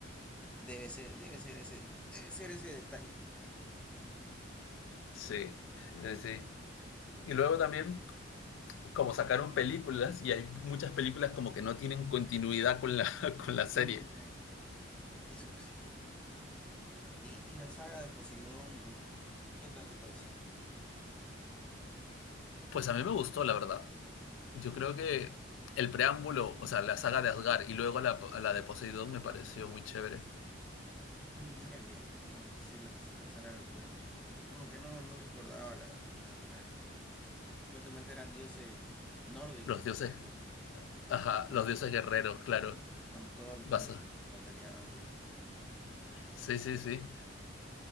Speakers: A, in the centre; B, on the left.
A: debe ser, debe ser ese, debe ser ese detalle.
B: Sí, sí, sí. Y luego también como sacaron películas y hay muchas películas como que no tienen continuidad con la, <laughs> con la serie.
A: Mm, eso sí. Y, y la saga de Poseidón, ¿qué tal te pareció?
B: Pues a mí me gustó, la verdad. Yo creo que el preámbulo, o sea, la saga de Asgard y luego la, la de Poseidón me pareció muy chévere.
A: Mm, Mira que, que no, sí, la, la saga de Asgard. Como que no, no recordaba la, la de Asgard. Supuestamente eran dioses nórdicos,
B: Los dioses,
A: ¿no es cierto?
B: ajá,
A: Con,
B: los
A: los-
B: dioses
A: con,
B: guerreros, claro.
A: todos
B: Basa.
A: los que batallaban ellos.
B: Sí, sí, sí.